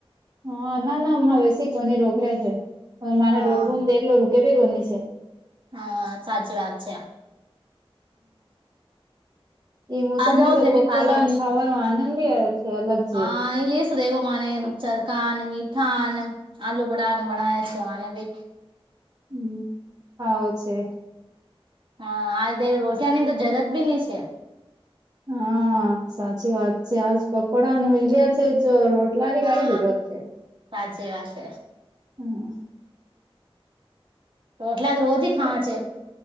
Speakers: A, on the right; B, on the right.
A: હા ના, ના અમાં વસી કોની રોકરે છે, પણ મને
B: હા
A: રોકવુંને દેખલો રૂકે બી કોની છે.
B: હા, સાચી વાત છે.
A: હ, મોસમ
B: આ
A: મે
B: જાઓ
A: તો
B: તે
A: પકોડા
B: ભી ખા લો
A: અને ખાવાનો આનંદ આવે છે. અલગ છે
B: હા, એલેસ દેગો મને ચરકા મીઠ <unintelligible> હા, ને આલુ બઢણ બનાયા સવાના <unintelligible>
A: હમ, હા ઓ છે.
B: હા આ બે રોષિયા ની તો જરત બી નની છે <unintelligible>
A: હા. હા, સાચી વાત છે. આજ પકોડાને મીલ રહ્યા છે, તો રોટલાની કંઈ
B: હા
A: જરૂરત છે.
B: સાચી વાત.
A: હમ.
B: રોટલા જ રોજ ખાવા છે.